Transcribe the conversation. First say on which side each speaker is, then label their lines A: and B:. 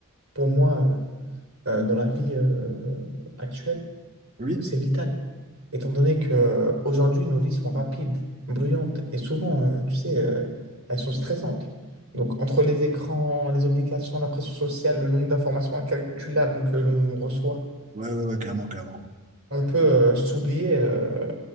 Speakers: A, on the right; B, on the right.
A: pour moi, euh, euh, dans la vie euh, actuelle,
B: Oui,
A: c'est vital. Étant donné que euh, aujourd'hui nos vies sont rapides, bruyantes et souvent, euh, tu sais, euh, elles sont stressantes. Donc, entre les écrans, les obligations, la pression sociale, le nombre d'informations incalculables que l'on reçoit,
B: ouais, ouais, ouais, clairement, clairement.
A: on peut euh, s'oublier euh,